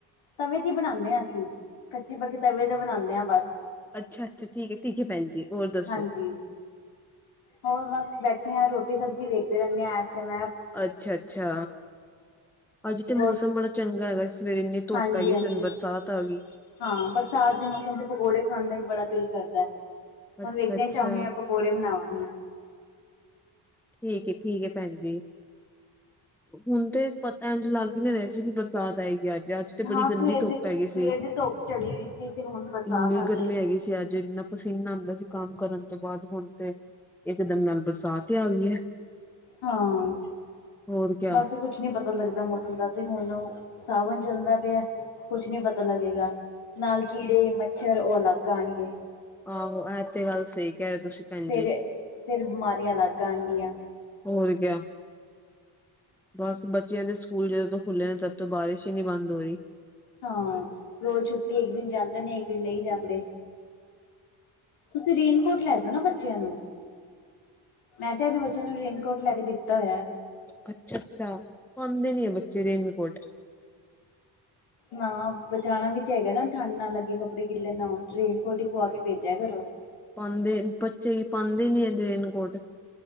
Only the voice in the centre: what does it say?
ਅੱਛਾ ਅੱਛਾ ਠੀਕ ਠੀਕ ਹੈ ਭੈਣ ਜੀ ਹੋਰ ਦੱਸੋ?
ਅੱਛਾ ਅੱਛਾ ਅੱਜ ਤੇ ਮੌਸਮ
ਬੜਾ ਚੰਗਾ ਹੈਗਾ ਸਵੇਰੇ ਇੰਨੀ ਧੁੱਪ
ਹੈਗੀ ਬਰਸਾਤ ਆ ਗਈ
ਅੱਛਾ-ਅੱਛਾ,
ਠੀਕ ਹੈ ਠੀਕ ਹੈ ਭੈਣ ਜੀ ਹੁਣ ਤੇ ਪਤਾ ਇੰਝ ਲੱਗ ਹੀ ਨਹੀਂ ਰਹੇ ਸੀ ਕਿ ਬਰਸਾਤ ਆਏਗੀ ਅੱਜ ਅੱਜ ਤੇ ਬੜੀ
ਗੰਦੀ
ਧੁੱਪ
ਹੈਗੀ
ਸੀ
ਇੰਨੀ
ਗਰਮੀ
ਹੈਗੀ ਸੀ ਅੱਜ ਇੰਨਾ ਪਸੀਨਾ ਆਉਂਦਾ ਸੀ ਕੰਮ ਕਰਨ ਤੋਂ ਬਾਅਦ ਹੁਣ ਤੇ ਇਕ ਦਮ ਨਾਲ ਬਰਸਾਤ ਹੀ ਆ ਗਈ ਹੈ
ਹੋਰ ਕਿਆ।
ਹਾ ਇਹ ਤੇ ਗੱਲ ਸਹੀ ਕਹਿ ਰਹੇ ਤੁਸੀਂ ਭੈਣ
ਜੀ।
ਹੋਰ ਕ ਬਸ ਬੱਚਿਆਂ ਦੇ ਸਕੂਲ ਜਦੋਂ ਤੋਂ ਖੁੱਲੇ ਨੇ ਤੋਂ ਬਾਰਿਸ਼ ਹੀ ਨਹੀ ਬੰਦ ਹੋ ਰਹੀ
ਅੱਛਾ ਅੱਛਾ ਪਾਉਂਦੇ ਨੀ ਹੈ ਬੱਚੇ ਰੇਨਕੋਟ
ਪਾਉਂਦੇ ਬੱਚੇ ਪਾਉਂਦੇ ਨੀ ਇਹ ਰੇਨਕੋਟ